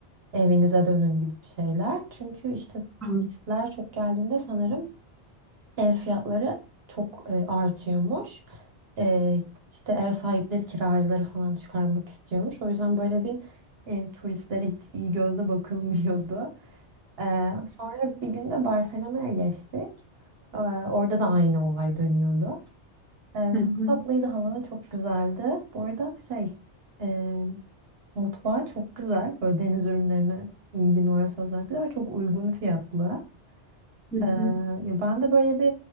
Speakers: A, on the right; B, in the centre.
A: evinize dönün gibi bir şeyler. Çünkü işte
B: hı,
A: turistler çok geldiğinde sanırım ev fiyatları çok e, artıyormuş. E, işte ev sahipleri kiracıları falan çıkarmak istiyormuş. O yüzden böyle bir e, turistlere hiç iyi gözle bakılmıyordu. E, sonra bir gün de Barcelona'ya geçtik. E, orada da aynı olay dönüyordu. E,
B: hı
A: çok
B: hı,
A: tatlıydı, hava da çok güzeldi. Bu arada şey e, mutfağı çok güzel. Böyle deniz ürünlerine ilgin varsa özellikle ve çok uygun fiyatlı.
B: hı
A: Ee,
B: hı.
A: ya ben de böyle bir